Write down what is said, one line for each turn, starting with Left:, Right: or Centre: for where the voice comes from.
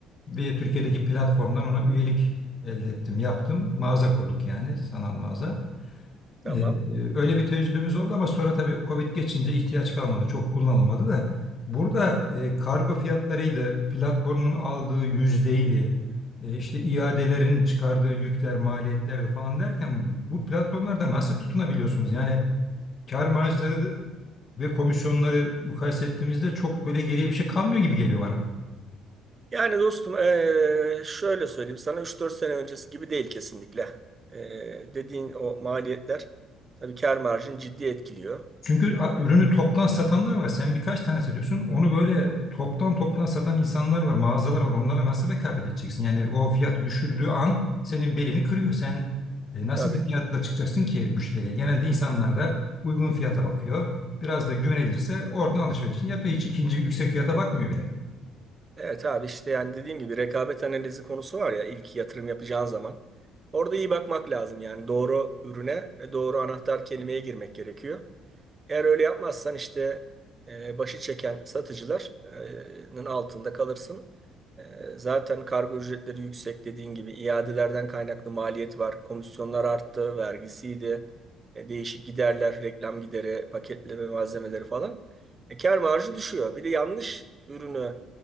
Left: bir Türkiye'deki platformdan ona üyelik elde ettim, yaptım. Mağaza kurduk yani sanal mağaza.
Right: Tamam.
Left: Ee, öyle bir tecrübemiz oldu ama sonra tabii Covid geçince ihtiyaç kalmadı. Çok kullanılmadı da. Burada e, kargo fiyatlarıydı, platformun aldığı yüzdeydi, e, işte iadelerin çıkardığı yükler, maliyetlerdi falan derken bu platformlarda nasıl tutunabiliyorsunuz? Yani kar marjları ve komisyonları mukayese ettiğimizde çok böyle geriye bir şey kalmıyor gibi geliyor bana.
Right: Yani dostum eee, şöyle söyleyeyim sana üç dört sene öncesi gibi değil kesinlikle. Eee, dediğin o maliyetler tabii kar marjını ciddi etkiliyor.
Left: Çünkü a-
Right: Ve
Left: ürünü toptan satanlar var. Sen birkaç tane satıyorsun. Onu böyle toptan toptan satan insanlar var, mağazalar var. Onlara nasıl rekabet edeceksin? Yani o fiyatı düşürdüğü an senin belini kırıyor. Sen e, nasıl
Right: Tabii.
Left: bir fiyatla çıkacaksın ki müşteriye? Genelde insanlar da uygun fiyata bakıyor. Biraz da güvenilirse oradan alışverişini yapıyor. Hiç ikinci yüksek fiyata bakmıyor bile.
Right: Evet abi işte yani dediğim gibi rekabet analizi konusu var ya ilk yatırım yapacağın zaman. Orada iyi bakmak lazım yani doğru ürüne ve doğru anahtar kelimeye girmek gerekiyor. Eğer öyle yapmazsan işte e, başı çeken satıcıların altında kalırsın. E, zaten kargo ücretleri yüksek dediğin gibi iadelerden kaynaklı maliyet var. Komisyonlar arttı, vergisiydi, e, değişik giderler, reklam gideri, paketleme malzemeleri falan. E, kâr marjı düşüyor. Bir de yanlış ürünü